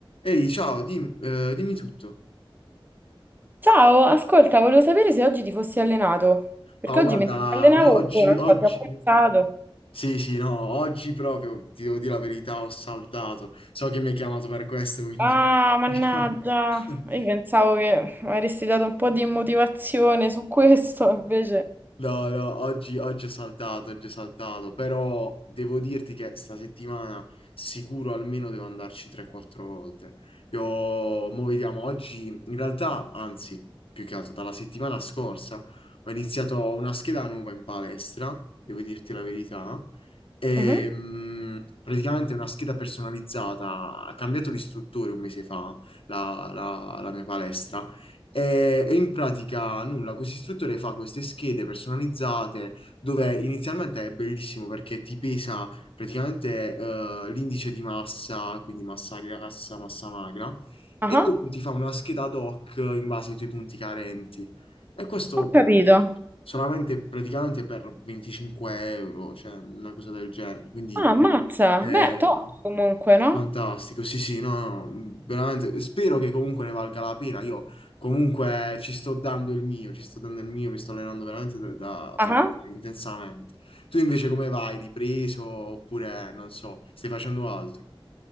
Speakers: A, on the left; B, on the right.
A: Ehi, ciao, dim- eh, dimmi tutto.
B: Ciao, ascolta, volevo sapere se oggi ti fossi allenato, perché
A: Oh,
B: oggi
A: guarda,
B: mentre ti allenavo,
A: <laughs> oggi,
B: boh, non
A: oggi...
B: so, ti ho pensato.
A: Sì, sì, no, oggi proprio, ti devo dire la verità, ho saltato. So che mi hai chiamato per questo, quindi...
B: Ah,
A: <laughs>
B: mannaggia,
A: diciamo- <laughs>
B: io pensavo che avresti dato un po' di motivazione su questo, invece.
A: No, no, oggi, oggi ho saltato, oggi ho saltato, però devo dirti che sta settimana sicuro almeno devo andarci 3-4 volte. Io, mo vediamo, oggi in realtà, anzi, più che altro dalla settimana scorsa ho iniziato una scheda nuova in palestra, devo dirti la verità, e
B: Mhm.
A: mh, praticamente una scheda personalizzata, ha cambiato di istruttore un mese fa la la- la mia palestra e, e in pratica nulla, questo istruttore fa queste schede personalizzate dove inizialmente è bellissimo perché ti pesa praticamente eh, l'indice di massa, quindi massa grassa, massa magra,
B: Ah,
A: e dopo ti fa una scheda ad hoc in base ai tuoi punti carenti. E questo
B: ho capito.
A: solamente praticamente per 25 euro, cioè una cosa del genere. Quindi
B: Ah, ammazza,
A: eh,
B: beh, top comunque, no?
A: Fantastico, sì, sì, no, no, veramente spero che comunque ne valga la pena. Io comunque ci sto dando il mio, ci sto dando il mio, mi sto allenando veramente da, da-
B: Ah.
A: fo- intensamente. Tu invece come vai? Ripreso oppure non so, stai facendo altro?